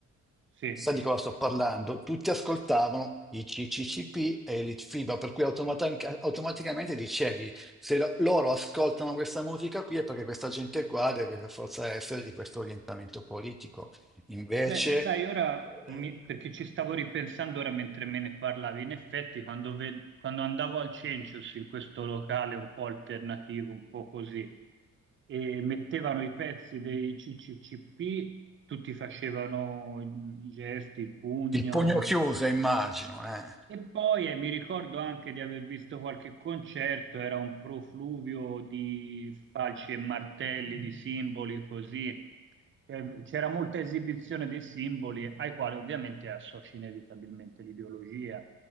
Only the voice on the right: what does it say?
Sì.
Beh, sai, ora
mi- perché ci stavo ripensando ora mentre me ne parlavi, in effetti quando, ved- quando andavo al Cencius in questo locale un po' alternativo, un po' così, e mettevano i pezzi dei CCCP, tutti facevano i i gesti, il pugno,
e poi eh, mi ricordo anche di aver visto qualche concerto, era un profluvio di falci e martelli, di simboli così. Eh, C'era molta esibizione dei simboli ai quali ovviamente associ inevitabilmente l'ideologia.